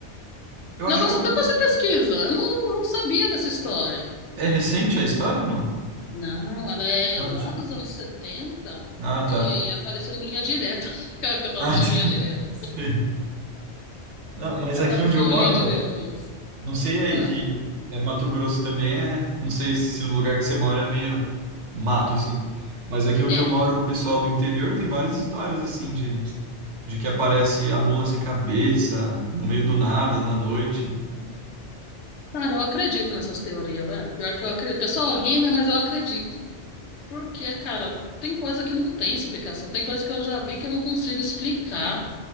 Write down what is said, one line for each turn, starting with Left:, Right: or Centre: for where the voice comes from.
Right: Eu
Left: Negócio,
Right: acho que eu
Left: depois
Right: vi.
Left: você pesquisa, eu não, não não sabia dessa história.
Right: É recente a história ou não?
Left: Não, ela é
Right: Não,
Left: lá
Right: antigo.
Left: dos anos 70
Right: Ah,
Left: e,
Right: tá.
Left: e apareceu no Linha Direta, <laughs> que eu tava
Right: Ah,
Left: assistindo
Right: <laughs>
Left: Linha
Right: tá.
Left: Direta.
Right: Sei. Não, mas
Left: Eu
Right: aqui
Left: tava assistindo
Right: onde eu moro,
Left: Linha Direta, isso.
Right: não sei aí
Left: Ah,
Right: que é Mato Grosso também é, não sei se no lugar que você mora é meio mato assim. Mas aqui onde
Left: é.
Right: eu moro, o pessoal do interior tem várias histórias assim de, de que aparece a mula sem cabeça no meio do nada na noite.
Left: Cara, eu acredito nessas teorias, velho. Pior que eu acredito. O pessoal ri, né? Mas eu acredito. Porque, cara, tem coisa que não tem explicação. Tem coisa que eu já vi que eu não consigo explicar.